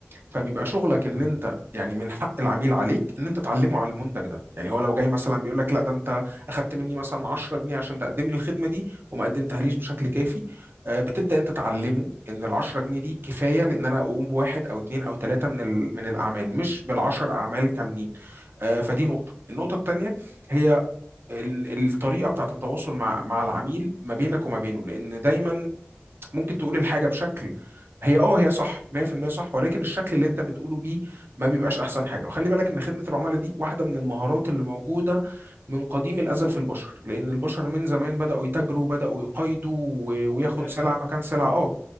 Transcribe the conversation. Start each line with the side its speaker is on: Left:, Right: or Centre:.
Right: فبيبقى شغلك
Left: تمام
Right: ان انت يعني من حق العميل عليك ان انت تعلمه على المنتج ده يعني هو لو جاي مثلا بيقول لك لا ده انت اخدت مني مثلا 10 جنيه عشان تقدم لي الخدمه دي وما قدمتهاليش بشكل كافي آه، بتبدا انت تعلمه ان ال 10 جنيه دي كفايه لان انا اقوم بواحد او اثنين او ثلاثه من ال- من الاعمال مش بالعشر اعمال كاملين آه، فدي نقطه النقطه الثانيه هي ال- الطريقه بتاعت التواصل مع مع العميل ما بينك وما بينه لان دايما ممكن تقول الحاجة بشكل هي اه هي صح 100% صح ولكن الشكل اللي انت بتقوله بيه ما بيبقاش احسن حاجه وخلي بالك ان خدمه العملاء دي واحده من المهارات اللي موجوده من قديم الازل في البشر لان البشر من زمان بداوا يتاجروا بداوا يقايضوا و- وياخد
Left: يا باشا
Right: سلعه مكان سلعه اه